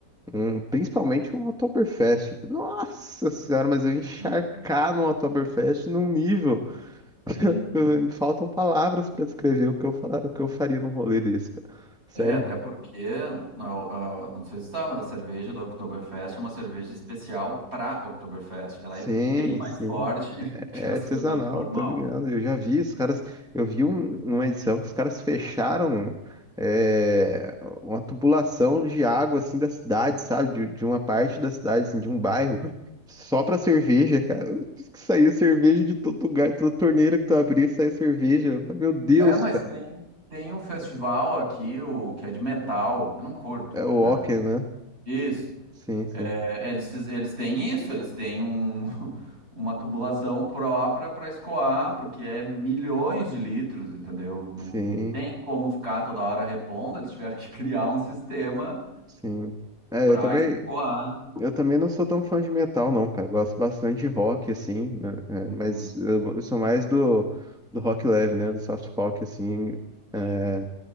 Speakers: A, in the centre; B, on the right.
A: Um- principalmente um Oktoberfest. Nossa senhora, mas eu encharcar
B: Ah,
A: no Oktoberfest num nível. <laughs>
B: sim.
A: eu- Faltam palavras pra descrever o que eu, fa- o que eu faria num rolê desse, cara. Sério,
B: É, até
A: mano.
B: porque, a- a- não sei se tá, mas a cerveja da Oktoberfest é uma cerveja especial para Oktoberfest. Ela
A: Sim,
B: é bem mais
A: sim.
B: forte <laughs> que
A: É
B: a
A: artesanal,
B: cerveja normal.
A: tô ligado. Eu já vi os caras. Eu vi um- uma edição que os caras fecharam é, uma tubulação de água assim da cidade, sabe? De, de uma parte da cidade, assim, de um bairro, só pra cerveja, cara. Que Saiu cerveja de todo lugar, toda torneira que tu abria, saiu cerveja. Eu falei, meu Deus,
B: É, mas
A: cara.
B: tem, tem um festival aqui, o que é de metal. Eu não curto,
A: É o
B: né?
A: Ocken, né?
B: Isso.
A: Sim, sim,
B: É, eles, fiz- eles têm isso, eles têm um, <laughs> uma tubulação própria para escoar, porque é milhões de litros, entendeu? Não,
A: sim,
B: não tem como ficar toda hora repondo, eles tiveram que <laughs> criar um sistema
A: sim. É,
B: para
A: eu também.
B: escoar.
A: Eu também não sou tão fã de metal, não, cara. Gosto bastante de rock, assim, né,
B: Uhum,
A: é, mas eu, eu sou mais do, do rock leve, né? Do soft rock, assim. é.
B: sim.